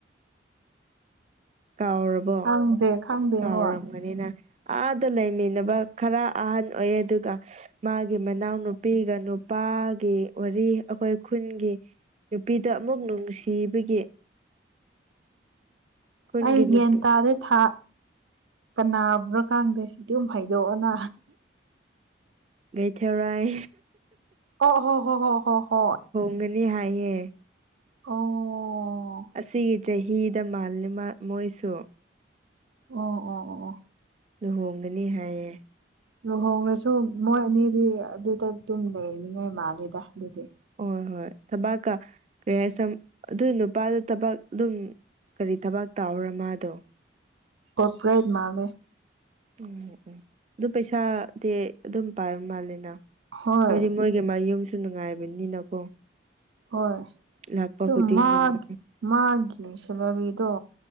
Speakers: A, on the right; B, on the right.
A: ꯀꯥꯎꯔꯕꯣ
B: ꯈꯪꯗꯦ ꯈꯪꯗꯦ
A: ꯀꯥꯎꯔꯝꯒꯅꯤꯅ꯫
B: ꯍꯣꯏ
A: ꯑꯥꯗ ꯂꯩꯃꯤꯟꯅꯕ ꯈꯔ ꯑꯍꯟ ꯑꯣꯏꯌꯦ ꯑꯗꯨꯒ꯫ ꯃꯥꯒꯤ ꯃꯅꯥꯎꯅꯨꯄꯤꯒ ꯅꯨꯄꯥꯒꯤ ꯋꯥꯔꯤ ꯑꯈꯣꯏ ꯈꯨꯟꯒꯤ꯫ ꯅꯨꯄꯤꯗꯣ ꯑꯃꯨꯛ ꯅꯨꯡꯁꯤꯕꯒꯤ꯫ ꯈꯨꯟꯒꯤ
B: ꯑꯩ ꯒ꯭ꯌꯥꯟ
A: ꯅꯨꯄꯤ
B: ꯇꯥꯗꯦ ꯊꯥ꯫ ꯀꯅꯥꯕꯨꯅꯣ ꯈꯪꯗꯦ ꯑꯗꯨꯝ ꯍꯥꯢꯗꯣꯛꯑꯣꯅ
A: ꯃꯦꯊꯤꯔꯥꯢ
B: ꯑꯣ ꯍꯣ ꯍꯣ ꯍꯣ ꯍꯣ ꯍꯣꯏ
A: ꯒꯅꯤ ꯍꯥꯏꯌꯦ
B: ꯑꯣ
A: ꯑꯁꯤꯒꯤ ꯆꯍꯤꯗ ꯃꯥꯜꯂꯤꯕ ꯃꯣꯏꯁꯨ
B: ꯑꯣ ꯑꯣ ꯑꯣ ꯑꯣ
A: ꯂꯨꯍꯣꯡꯒꯅꯤ ꯍꯥꯏꯌꯦ
B: ꯂꯨꯍꯣꯡꯂꯁꯨ ꯃꯣꯏ ꯑꯅꯤꯗꯤ ꯑꯗꯨꯗ ꯗꯨꯝ ꯂꯩꯂꯤꯉꯩ ꯃꯥꯜꯂꯦꯗ ꯑꯗꯨꯗꯤ꯫
A: ꯍꯣꯏ ꯍꯣꯏ ꯊꯕꯥꯛꯀ ꯀꯔꯤ ꯍꯥꯏꯁꯤꯔ ꯑꯗꯨ ꯅꯨꯄꯥꯗꯨ ꯊꯕꯛ ꯑꯗꯨꯝ꯫ ꯀꯔꯤ ꯊꯕꯛ ꯇꯥꯎꯔꯦ ꯃꯥꯗꯣ꯫
B: ꯀꯣꯄꯔꯦꯠ ꯃꯥꯜꯂꯦ
A: ꯎꯝ ꯎꯝ ꯑꯗꯨ ꯄꯩꯁꯥꯗꯤ ꯑꯗꯨꯝ ꯄꯥꯏꯕ ꯃꯥꯂꯦꯅ꯫
B: ꯍꯣꯏ
A: ꯍꯥꯏꯕꯗꯤ ꯃꯣꯏꯒꯤ ꯃꯌꯨꯝꯁꯨ ꯅꯨꯡꯉꯥꯏꯕꯅꯤꯅꯀꯣ꯫
B: ꯍꯣꯏ꯫
A: ꯂꯥꯛꯄ
B: ꯇꯨ
A: ꯈꯨꯗꯤꯡꯒꯤ
B: ꯃꯥꯒꯤ
A: ꯃꯣꯏ
B: ꯃꯥꯒꯤ ꯁꯦꯂꯔꯤꯗꯣ